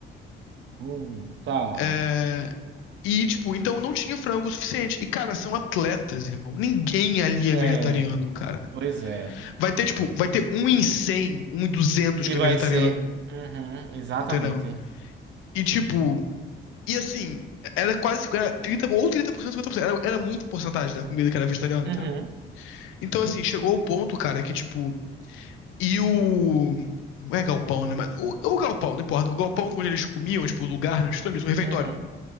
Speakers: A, on the right; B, on the left.
A: uhum, tá.
B: É, e, tipo, então não tinha frango o suficiente. E, cara, são atletas, irmão. Ninguém ali é
A: É,
B: vegetariano, cara.
A: pois é.
B: Vai ter, tipo, vai ter um em 100, um em duzentos
A: Que
B: que
A: vai
B: é vegetariano,
A: ser. Uhum, exatamente.
B: entendeu? E, tipo, E assim, era quase era 30 ou 30%, 50%. Era, era muita porcentagem da comida que era vegetariana,
A: Uhum,
B: entendeu? Então, assim, chegou o ponto, cara, que tipo. E o. Não é galpão, né? Mas o, o galpão, não importa. O galpão onde eles comiam, tipo, o lugar, né? Estou nisso, o refeitório.
A: uhum.